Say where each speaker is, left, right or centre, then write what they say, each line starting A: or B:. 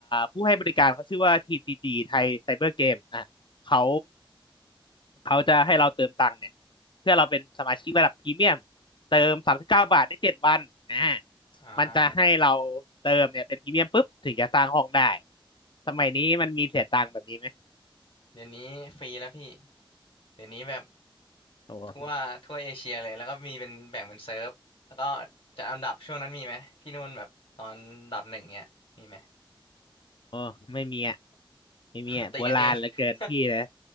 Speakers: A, on the left; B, on the left.
A: ผู้ให้บริการเขาชื่อว่า TCG ไทยไซเบอร์เกมอ่ะเขาเขาจะให้เราเติมตังค์เนี่ยเพื่อเราเป็นสมาชิกระดับพรีเมียมเติมสามสิบเก้าบาทได้เจ็ดวันอ่า
B: อ่า
A: มันจะให้เราเติมเนี่ยเป็นพรีเมียมปุ๊บถึงจะสร้างห้องได้สมัยนี้มันมีเสียตังค์แบบนี้ไหม
B: เดี๋ยวนี้ฟรีแล้วพี่เดี๋ยวนี้แบบ
A: โอ
B: ทั่วทั่วเอเชียเลยแล้วก็มีเป็นแบ่งเป็นเซิร์ฟแล้วก็
A: ้
B: จัดอันดับช่วงนั้นมีไหมที่นู่นแบบตอนดอทหนึ่งเนี่ยมีไหม
A: โอ้ไม่มีอ่ะไม่มีอ่ะโบราณเหลือเกินพี่นะ
B: <laughs> ตีกันเอง <laughs>